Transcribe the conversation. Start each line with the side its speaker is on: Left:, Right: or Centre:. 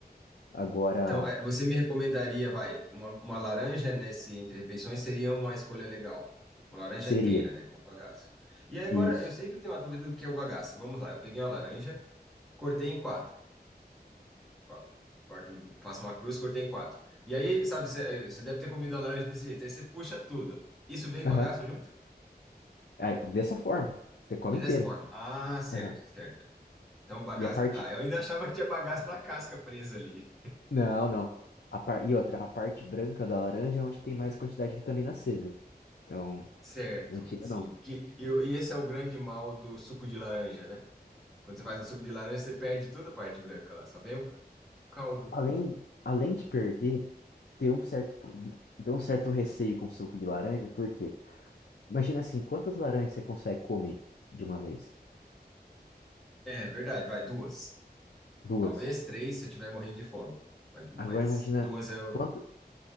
Left: Agora,
Centre: Então, é, você me recomendaria, vai, uma, uma laranja nesse entre refeições seria uma escolha legal. Uma laranja
Left: seria
Centre: inteira, né, com o bagaço. E aí, agora,
Left: isso.
Centre: eu sempre tenho uma dúvida do que é o bagaço. Vamos lá, eu peguei uma laranja, cortei em quatro. Qua- Corto, faço uma cruz, cortei em quatro. E aí, sabe, você você deve ter comido a laranja desse jeito. Aí você puxa tudo. Isso veio
Left: Aham.
Centre: bagaço junto?
Left: Aí, dessa forma, você come
Centre: É dessa
Left: inteira.
Centre: forma. Ah, certo,
Left: Aham.
Centre: certo. Então, bagaço.
Left: E a parte.
Centre: Tá, eu ainda achava que tinha bagaço na casca presa ali.
Left: Não, não. A par... E outra, a parte branca da laranja é onde tem mais quantidade de vitamina C, viu? Então,
Centre: Certo,
Left: não tira,
Centre: sim.
Left: não.
Centre: Que, e, o- e esse é o grande mal do suco de laranja, né? Quando você faz um suco de laranja, você perde toda a parte branca lá, só vem o caldo.
Left: Além, além de perder, tem um certo, pro- tem um certo receio com suco de laranja, porque imagina assim, quantas laranjas você consegue comer de uma vez?
Centre: É verdade, vai duas.
Left: Duas.
Centre: Talvez três se eu estiver morrendo de fome. Mas, mas
Left: Agora imagina
Centre: duas eu.
Left: quant-